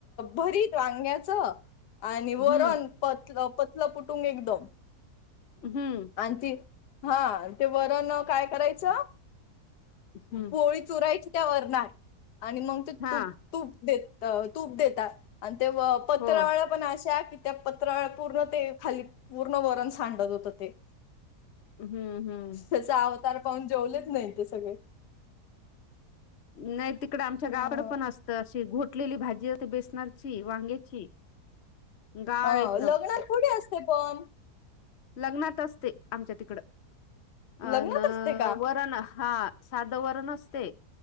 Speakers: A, on the left (about 85°); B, on the left (about 50°).
A: भरीत वांग्याच आणि वरण.
B: हम्म
A: पत पतला पुुटुंग एकदम.
B: हम्म.
A: आणि ते हा ते वरण काय करायचं.
B: हम्म
A: पोळी चुरायची त्या वरणार आणि मग ते
B: हा
A: तूप. तूप देत तूप देतात आणि ते पत्रवाळाया
B: हो
A: पण अशा की. त्या पत्रावळ्या पूर्ण ते खाली पूर्ण वरण सांडत होत ते.
B: हम्म हम्म.
A: त्याचा अवतार पाहून जेवलेच नाही ते सगळे.
B: नाही तिकड आमच्या
A: ह
B: गावाड पण असतं अशी घोटलेली भाजी अस बेसनाची वांग्याची. गाळ
A: हा
B: एकदम
A: लग्नात कुठे असते पण.
B: लग्नात असते आमच्या तिकडं. अ
A: लग्नात
B: न
A: असते का
B: वरण हा साधं वरण असते.